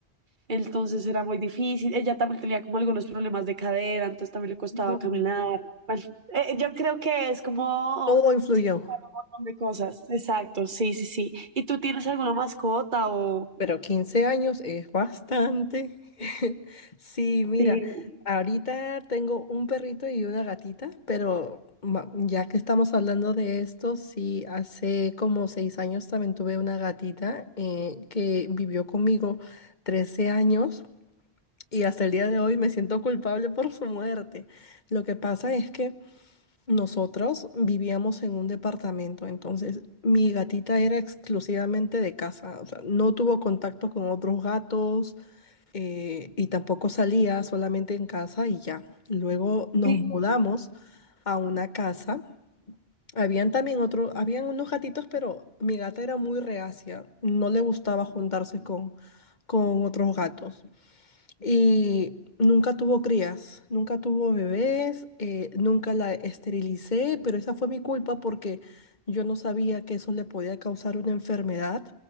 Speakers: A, on the right; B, on the left.
A: Entonces era muy difícil. Ella también tenía como algunos problemas de cadera, entonces también le costaba
B: Wow.
A: caminar. Bueno, eh, yo creo que es como
B: Todo influyó.
A: se juntaron un montón de cosas. Exacto, sí, sí, sí. ¿Y tú tienes alguna mascota o...?
B: Pero 15 años es bastante. <laughs> Sí, mira,
A: Sí.
B: ahorita tengo un perrito y una gatita, pero ma- ya que estamos hablando de esto, sí, hace como seis años también tuve una gatita eh, que vivió conmigo 13 años y hasta el día de hoy me siento culpable por su muerte. Lo que pasa es que... Nosotros vivíamos en un departamento, entonces mi gatita era exclusivamente de casa, o sea, no tuvo contacto con otros gatos eh, y tampoco salía solamente en casa y ya. Luego nos
A: Y-
B: mudamos a una casa. Habían también otros, habían unos gatitos, pero mi gata era muy reacia, no le gustaba juntarse con, con otros gatos. Y nunca tuvo crías, nunca tuvo bebés, eh, nunca la esterilicé, pero esa fue mi culpa porque yo no sabía que eso le podía causar una enfermedad.